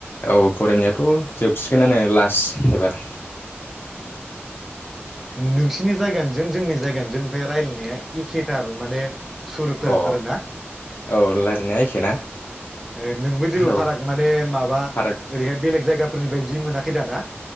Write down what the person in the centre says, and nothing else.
नोंसिनि जायगानि जों जोंनि जायगानि जों ओमफाय रायलायनाया एखेथार माने सुरफोरा
आरोना
ए नोंबो जेबो
फाराग माने माबा
ओरैहाय बेलेग जायगाफोरनि बाय दि मोनाखै दाना।